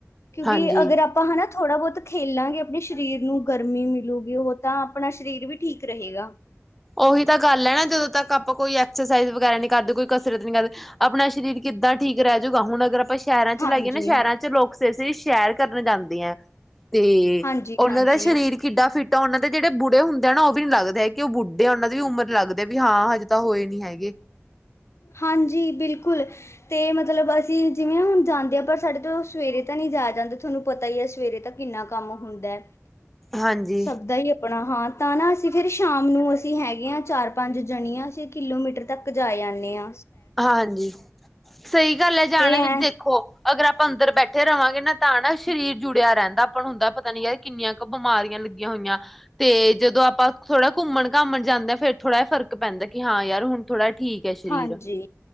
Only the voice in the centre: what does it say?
ਹਾਂਜੀ
ਉਹੀ ਤਾਂ ਗੱਲ ਹੈ ਨਾ ਜਦੋਂ ਤੱਕ ਆਪਾਂ ਕੋਈ ਐਕਸਰਸਾਈਜ਼ ਵਗੈਰਾ ਨਹੀਂ ਕਰਦੇ ਕੋਈ ਕਸਰਤ ਨੀ ਕਰਦੇ ਆਪਣਾ ਸਰੀਰ ਕਿੱਦਾਂ ਠੀਕ ਰਹਿ ਜੂਗਾ ਹੁਣ ਅਗਰ ਆਪਾਂ ਸ਼ਹਿਰਾਂ ਚ
ਲਾਈਏ ਨਾ ਸ਼ਹਿਰਾਂ ਚ ਲੋਕ ਸਵੇਰੇ ਸਵੇਰੇ ਸ਼ਹਿਰ ਕਰਨ ਜਾਂਦੇ ਆ ਤੇ
ਉਹਨਾਂ
ਦਾ ਸਰੀਰ ਕਿੱਡਾ ਫਿੱਟ ਤਾਂ ਉਹਨਾਂ ਦੇ ਜਿਹੜੇ ਬੁੜੇ ਹੁੰਦੇ ਆ ਨਾ ਉਹ ਵੀ ਨੀ ਲੱਗਦੇ ਹੈਗੇ ਕੀ ਉਹ ਵੀ ਬੁ ਢਾ ਉਹਨਾਂ ਦੀ ਵੀ ਉਮਰ ਲੱਗਦੀ ਵੀ ਹਾਂ ਹਜੇ ਤਾਂ ਹੋਈ ਨੀ ਹੈਗੀ
ਹਾਂਜੀ
ਹਾਂਜੀ, ਸਹੀ ਗੱਲ ਹੈ ਜਾਣ
ਦੀ
ਦੇਖੋ ਅਗਰ ਆਪ ਪਾਂ ਅੰਦਰ ਬੈਠੇ ਰਵਾਂਗੇ ਨਾ ਤਾਂ ਨਾ ਸ ਸ਼ਰੀਰ ਜੁੜਿਆ ਰਹਿੰਦਾ ਆਪਾਂ ਨੂੰ ਹੁੰਦਾ ਪਤਾ ਨੀ ਯਾਰ ਕਿੰਨੀਆਂ ਕੁ ਬਿਮਾਰੀਆਂ ਲੱਗੀਆਂ ਹੋਈਆਂ, ਤੇ ਜਦੋਂ ਆਪਾਂ ਥੋੜਾ ਘੁੰਮਣ-ਘਾਮਣ ਜਾਂਦੇ ਹਾਂ ਫੇਰ ਥੋੜ੍ਹਾ ਫ਼ਰਕ ਪੈਂਦਾ ਕ ਹਾਂ ਯਾਰ ਹੁਣ ਥੋੜ੍ਹਾ ਠੀਕ ਹੈ ਸ਼ਰੀਰ।